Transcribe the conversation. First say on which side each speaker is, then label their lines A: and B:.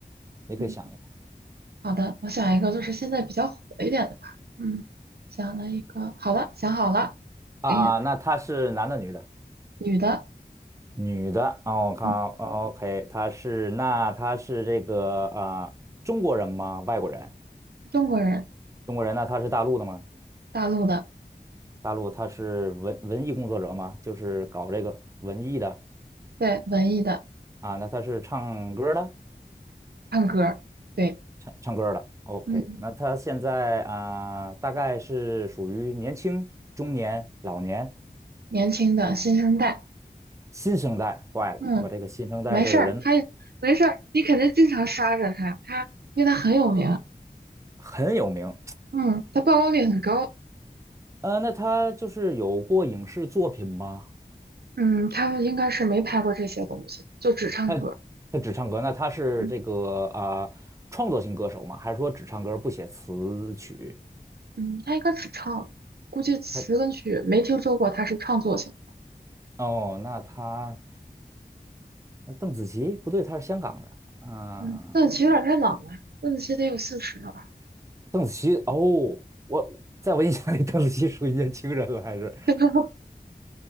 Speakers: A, on the right (about 20°); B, on the right (about 85°).
A: 你可以想一个
B: 嗯好的，我想一个就是现在比较火一点的吧。嗯想了一个，好了，想好了。
A: 啊，
B: 嗯，
A: 那他是男的女的？
B: 女的，
A: 女的，哦，我看哦，OK，
B: 嗯，
A: 他是那他是这个啊、中国人吗？外国人？
B: 中国人，
A: 中国人那他是大陆的吗？
B: 大陆的，
A: 大陆他是文文艺工作者吗？就是搞这个文艺的
B: 对，文艺的，
A: 啊，那他是唱歌的
B: 唱歌儿对。
A: 唱唱歌儿的，OK，
B: 嗯，
A: 那他现在啊、大概是属于年轻、中年、老年、
B: 年轻的新生代，
A: 新生代。坏了，
B: 嗯，
A: 我这个新生代这个人
B: 没事儿，他没事儿，你肯定经常刷着他，他因为他很有名，
A: 很有名。
B: 嗯，他曝光率很高，
A: 呃，那他就是有过影视作品吗？
B: 嗯，他们应该是没拍过这些东西，就只唱歌，
A: 他他只唱歌，那他是这个啊、
B: 嗯
A: 创作型歌手吗？还是说只唱歌不写词曲？
B: 嗯，他应该只唱，估计词跟曲没听说过他是创作型，
A: 他哦，那他呃邓紫棋不对，他是香港的。嗯、
B: 嗯，邓紫棋有点太老了，邓紫棋得有四十了吧？
A: 邓紫棋哦，我在我印象里，邓紫棋属于年轻人了，还是
B: <laughs>